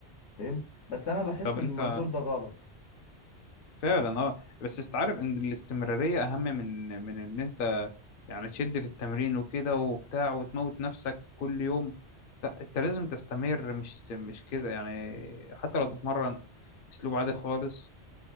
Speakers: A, on the left; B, on the left.
A: فهمت بس انا لاحظت
B: طب
A: ان
B: انت
A: المنظور ده غلط
B: فعلا اه بس استعرف ان الاستمراريه اهم من من ان انت يعني تشد في التمرين وكده وبتاع وتموت نفسك في كل يوم لا انت لازم تستمر مش مش كده يعني حتى لو
A: م.
B: تتمرن اسلوب عادي خالص